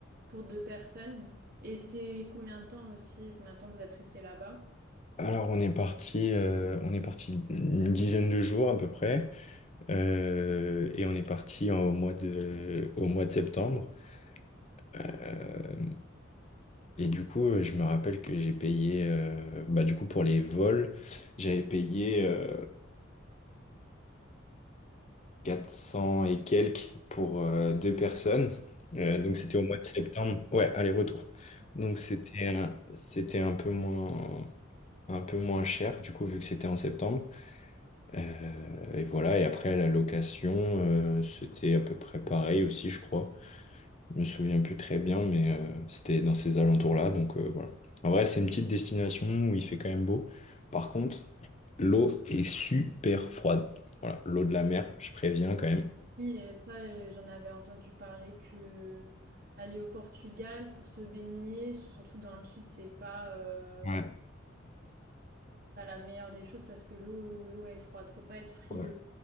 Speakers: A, on the right; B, on the left.
A: pour deux personnes? Et c'était combien de temps aussi, combien de temps vous êtes resté là-bas?
B: Alors on est parti, euh, on est parti une dizaine de jours à peu près, euh, et on est parti en- au mois de, au mois de septembre. Euh, et du coup, euh, je me rappelle que j'ai payé, euh, bah du coup pour les vols, j'avais payé euh, 400 et quelques pour euh, deux personnes. Euh, donc c'était au mois de septembre, ouais, aller-retour. Donc c'était, un- c'était un peu moins, un peu moins cher du coup vu que c'était en septembre. Euh, et voilà, et après la location, euh, c'était à peu près pareil aussi, je crois. Je me souviens plus très bien, mais euh, c'était dans ces alentours-là, donc euh, voilà. En vrai, c'est une petite destination où il fait quand même beau. Par contre, l'eau est super froide. Voilà, l'eau de la mer, je préviens quand même.
A: Oui, euh, ça, euh, j'en avais entendu parler que aller au Portugal pour se baigner, surtout dans le sud, c'est pas, euh,
B: Ouais.
A: c'est pas la meilleure des choses parce que l'eau, l'eau est froide. Faut pas être frileux.
B: Ouais.